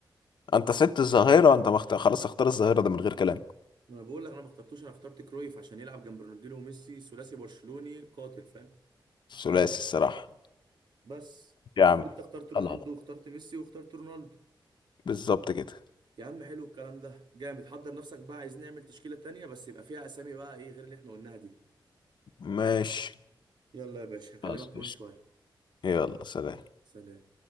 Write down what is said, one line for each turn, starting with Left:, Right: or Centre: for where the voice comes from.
Left: انت سبت الظاهرة انت مخت... خلاص اختار الظاهرة ده من غير كلام
Right: ما انا بقول لك انا ما اخترتوش انا اخترت كرويف عشان يلعب جنب رونالدينيو وميسي ثلاثي برشلوني قاتل فاهم
Left: ثلاثي الصراحة
Right: بس
Left: يا عم
Right: انت اخترت
Left: خلاص
Right: رونالدو واخترت ميسي واخترت رونالدو
Left: بالظبط كده
Right: يا عم حلو الكلام ده جامد حضر نفسك بقى عايز نعمل تشكيلة تانية بس يبقى فيها اسامي بقى ايه غير اللي احنا قلناها دي
Left: ماشي
Right: يلا يا باشا هكلمك
Left: خلاص
Right: كمان
Left: ماشي.
Right: شوية
Left: يلا سلام
Right: سلام